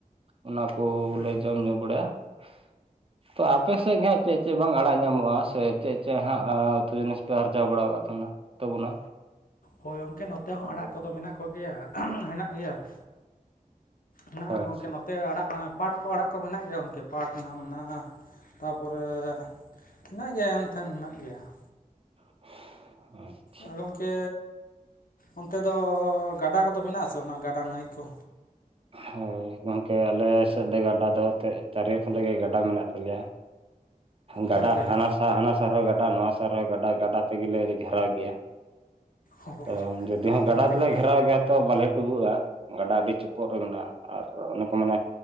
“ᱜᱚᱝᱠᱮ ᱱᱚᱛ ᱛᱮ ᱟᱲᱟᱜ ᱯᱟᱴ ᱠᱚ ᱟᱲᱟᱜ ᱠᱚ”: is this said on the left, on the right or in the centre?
Left